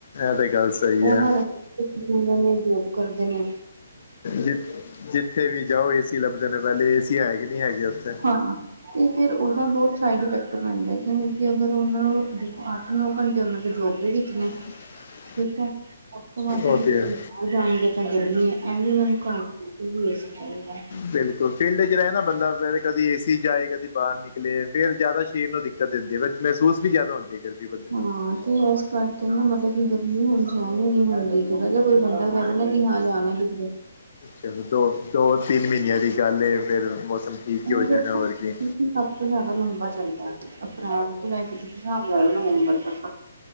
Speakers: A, on the left; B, on the right.
A: ਤਾਂ ਗੱਲ ਸਹੀ
B: ਉਹ
A: ਹੈ
B: ਹਰਦੇ ਨੇ ਜੋਬ ਕਰਦੇ ਨੇ।
A: ਜਿ ਜਿੱਥੇ ਵੀ ਜਾਓ ਏਸੀ ਲੱਭਦੇ ਨੇ ਪਹਿਲੇ ਏਸੀ ਹੈਗੇ ਨਹੀਂ ਹੈਗੇ ਉੱਥੇ।
B: ਹਾਂ। ਅਤੇ ਫਿਰ ਉਹਦਾ ਬਹੁਤ ਸਾਈਡ ਇਫੈਕਟ ਪੈਂਦਾ ਕਿਉਂਕਿ ਅਗਰ ਉਹਨਾਂ ਨੂੰ ਦੇਖੋ ਅੱਠ ਦੋ ਘੰਟੇ ਅਤੇ ਉਹਨਾਂ ਦੇ ਜੋਬ ਦੇ ਵਿੱਚ ਨੇ,
A: <unintelligible>
B: ਠੀਕ ਹੈ। ਉਸ ਤੋਂ ਬਾਅਦ ਤੁਸੀ
A: ਉਹ ਤੇ
B: ਜੋਂ
A: ਹੈ
B: ਬਾਹਰ ਜਾਣਗੇ ਤਾਂ ਗਰਮੀ ਆ ਉਹ ਵੀ ਮੈਨੂੰ ਘਰ ਕਰੇਗਾ,
A: ਬਿਲਕੁਲ ਫੀਲਡ ਚ ਰਹੇ ਨਾ ਬੰਦਾ ਫਿਰ ਕਦੀ ਏ ਸੀ ਜਾਏ ਕਦੀ ਬਾਹਰ ਨਿਕਲੇ ਫਿਰ ਜ਼ਿਆਦਾ ਖੀਰ ਨੂੰ ਦਿੱਕਤ ਦਦੀ ਮਹਿਸੂਸ ਵੀ ਜ਼ਿਆਦਾ ਹੁੰਦੀ ਹੈ। ਬੰਦੇ ਨੂੰ
B: ਹਾਂ ਤੇ ਐ ਇਸ ਕਰ ਕਹਿੰਦਾ ਮਤਲਬ ਕਿ ਗਰਮੀ ਹੁਣ ਹੀ ਨੀ ਹੁੰਦੀ ਜਦ ਕੋਈ ਬੰਦਾ ਕਹਿ ਦਿੰਦਾ ਕਿ ਹਾਂ ਜਾਣਾ ਜਿੱਧਰ।
A: ਚਲ ਦੋ ਦੋ ਤਿੰਨ ਮਹੀਨਿਆਂ ਦੀ ਗੱਲ ਹੈ ਫਿਰ ਮੌਸਮ ਠੀਕ
B: ਇਹ
A: ਹੀ ਹੋ ਜਾਣਾ ਹੋਰ ਕੀ।
B: ਸਭ ਤੋਂ ਜਿਆਦਾ ਲੰਬਾ ਚੱਲਦਾ। ਅਪ੍ਰੈਲ ਤੋਂ ਲੈ ਕੇ ਤੁਸੀਂ ਹਿਸਾਬ ਨਾਲ ਨਵੰਬਰ ਤੱਕ